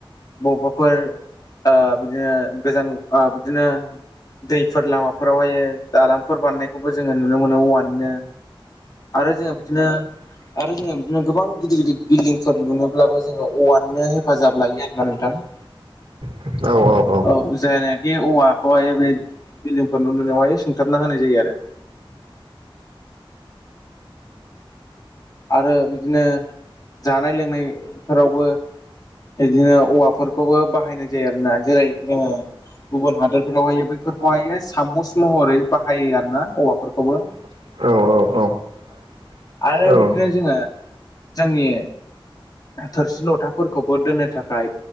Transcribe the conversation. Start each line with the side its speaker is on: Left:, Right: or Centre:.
Left: बबावबाफोर ओ बिदिनो गोजान ओ बिदिनो दैफोर लामाफोरावहाय दालांफोर बानायनायखौबो जोङो नुनो मोनो औवानिनो आरो जोङो बिदिनो आरो जोङो बिदिनो गोबां गिदिर-गिदिर बिल्डिंफोर लुनोब्लाबो जोङो औवानिनो हेफाजाब लायो आरो‌ ना नोंथां। <inaudible>
Right: औ औ औ
Left: औ जायनााखि औवाखौहाय बे बिल्डिंफोर न' लुनायावहाय सुंथाबना होनाय जायो आरो। <inaudible> आरो बिदिनो जानाय-लोंनायफोरावबो बिदिनो औवाफोरखौबो बाहायनाय जायो आरो ना जेरै-जोङो गुबुन हादोरफोरावहायो बैफोरखौहायो सामुस महरै बाहायो आरो ना औवाफोरखौबो।
Right: औ औ औ औ
Left: आरो बिदिनो जोङो जोंनि थोरसि-लथाफोरखौबो दोननो थाखाय